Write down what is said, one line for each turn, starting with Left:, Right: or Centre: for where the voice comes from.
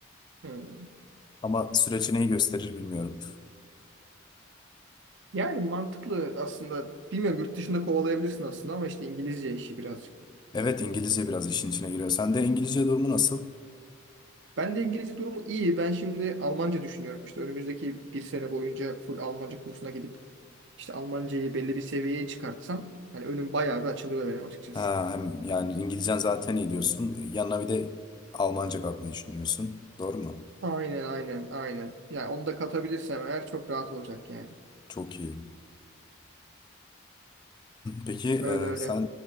Right: Hı.
Left: Ama süreç neyi gösterir bilmiyorum.
Right: Yani mantıklı aslında. Bilmiyorum yurt dışında kovalayabilirsin aslında ama işte İngilizce işi birazcık.
Left: Evet İngilizce biraz işin içine giriyor. Sen de İngilizce durumu nasıl?
Right: Ben de İngilizce durumu iyi. Ben şimdi Almanca düşünüyorum. İşte önümüzdeki bir sene boyunca full Almanca kursuna gidip işte Almancayı belli bir seviyeye çıkartsam hani önüm bayağı bir açılıyor benim açıkçası.
Left: Ha, hem yani İngilizcen zaten iyi diyorsun. Yanına bir de Almanca katmayı düşünüyorsun. Doğru mu?
Right: Aynen aynen aynen. Yani onu da katabilirsem eğer çok rahat olacak yani.
Left: Çok iyi. Peki e,
Right: Öyle öyle.
Left: sen